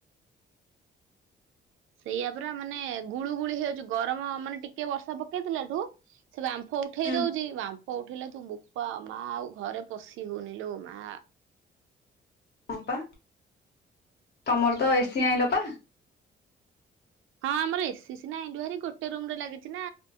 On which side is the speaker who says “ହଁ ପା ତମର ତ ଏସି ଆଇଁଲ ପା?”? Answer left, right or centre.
Left